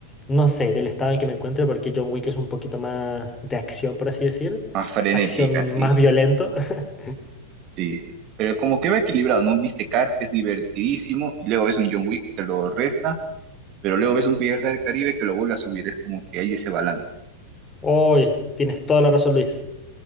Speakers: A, on the left (about 15°); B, on the right (about 40°).
A: no sé, del estado en que me encuentre, porque John Wick es un poquito más de acción, por así decir.
B: Más frenética,
A: Acción
B: sí,
A: más
B: sí,
A: violento. <laughs>
B: sí, sí. Pero como que va equilibrado, ¿no? Viste Cars, que es divertidísimo, y luego ves un John Wick que lo resta, pero luego ves un Pirata del Caribe que lo vuelve a subir. Es como que hay ese balance.
A: Uy, tienes toda la razón, Luis.